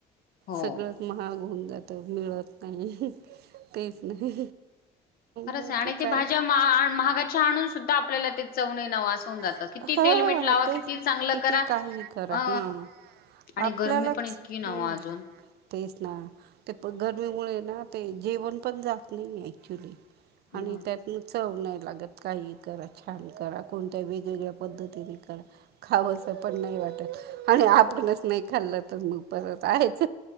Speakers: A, on the left (about 60°); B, on the right (about 70°).
A: हो.
B: सगळंत महाग होऊन जात मिळत नाही तेच नाही
A: खरंच
B: बाकी
A: आहे आणि ते
B: काय
A: भाज्या महागाच्या आणून सुद्धा आपल्याला तेच चव नाही आजू
B: ना
A: जात किती तेल मट
B: वास
A: लावा
B: हा तेच
A: किती
B: ना,
A: चांगलं
B: किती
A: करा
B: काही करा
A: अ
B: हा
A: आणि
B: आपल्यालाच
A: गरमी पण इतकी नव
B: हम्म
A: अजून
B: तेच ते पन गरमीमुळे ना ते जेवण पण जात नाही ऍक्च्युली
A: मग
B: आणि त्यातन चव नाही लागतं काही करा छान करा कोणत्या भीत वेगवेगळ्या पद्धतीने करा खावं असं पण नाही वाटतं आणि आपणच नाही खाल्लं तर मग परत आहेच.